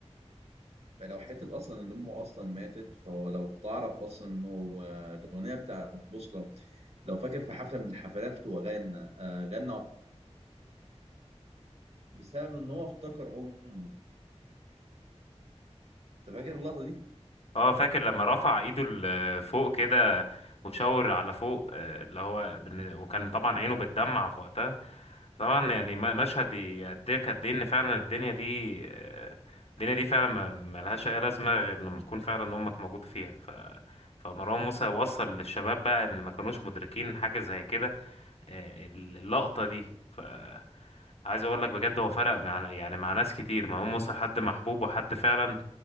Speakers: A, on the right; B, on the left.
A: لو حتة أصلا إن أمه أصلا ماتت فهو لو تعرف أصلا إنه آه، الأغنية بتاعت بوصلة لو فاكر في حفلة من الحفلات هو غنى آه، غنى بسبب إن هو افتكر أمه أنت فاكر اللقطة دي؟
B: اه فاكر لما رفع ايده لفوق كده وشاور على فوق آه، اللي هو بالن- وكان طبعا عينه بتدمع في وقتها طبعا يعني م- مشهد يقدرك قد ايه ان فعلا الدنيا دي آه، الدنيا دي فعلا ما- ملهاش اي لازمه غير لما تكون فعلا امك موجود فيها ف فمروان موسى وصل للشباب بقى اللي ما كانوش مدركين حاجه زي كده آه، اللقطه دي ف عايز اقول لك بجد هو فرق مع يعني مع ناس كتير مروان موسى حد محبوب وحد فعلا